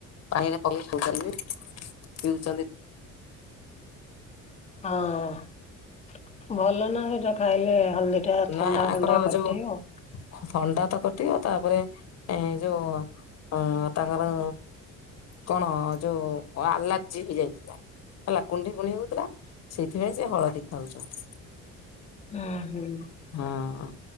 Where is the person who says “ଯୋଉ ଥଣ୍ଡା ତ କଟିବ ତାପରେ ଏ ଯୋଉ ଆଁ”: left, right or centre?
Left